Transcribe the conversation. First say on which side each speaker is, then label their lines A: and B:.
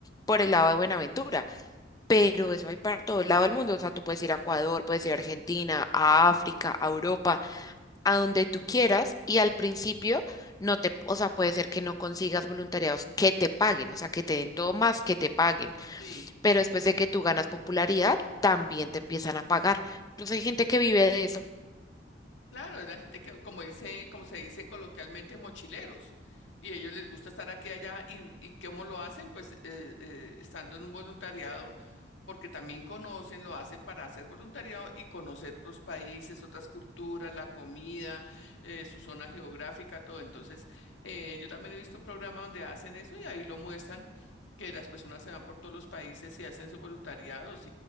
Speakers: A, on the left; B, on the left.
A: por el lado de Buenaventura. Pero eso hay para todo el lado del mundo. O sea, tú puedes ir a Ecuador, puedes ir a Argentina, a África, a Europa, a donde tú quieras. Y al principio no te, o sea, puede ser que no consigas voluntariados que te paguen, o sea, que te den todo más que te paguen.
B: Sí.
A: Pero después de que tú ganas popularidad, también te empiezan a pagar. Entonces hay gente que vive de eso.
B: Claro, es la gente que, como dice, como se dice coloquialmente, mochileros. Y ellos les gusta estar aquí y allá. ¿Y, y cómo lo hacen? Pues eh, eh, estando en un voluntariado, porque también conocen, lo hacen para hacer voluntariado y conocer otros países, otras culturas, la comida, eh, su zona geográfica, todo. Entonces, eh, yo también he visto un programa donde hacen eso y ahí lo muestran, que las personas se van por todos los países y hacen sus voluntariados